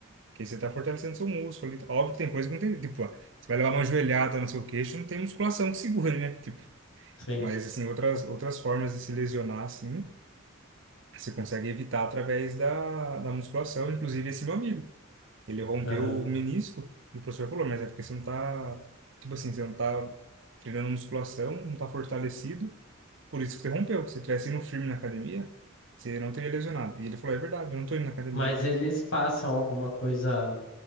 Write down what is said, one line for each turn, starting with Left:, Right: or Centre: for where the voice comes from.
Right: Que aí você tá fortalecendo seu músculo ali. Óbvio que tem coisa que não tem, tipo, ó, você vai levar uma joelhada no seu queixo, não tem musculação que segure, né? Tipo,
Left: Sim.
Right: mas assim, outras outras formas de se lesionar assim, você consegue evitar através da da musculação, inclusive esse meu amigo. Ele rompeu
Left: aham.
Right: o menisco e o professor falou, mas é porque você não tá, tipo assim, você não tá treinando musculação, não tá fortalecido, por isso que você rompeu. Se você tivesse indo firme na academia, você não teria lesionado. E ele falou, é verdade, eu não tô indo na academia.
Left: Mas eles passam alguma coisa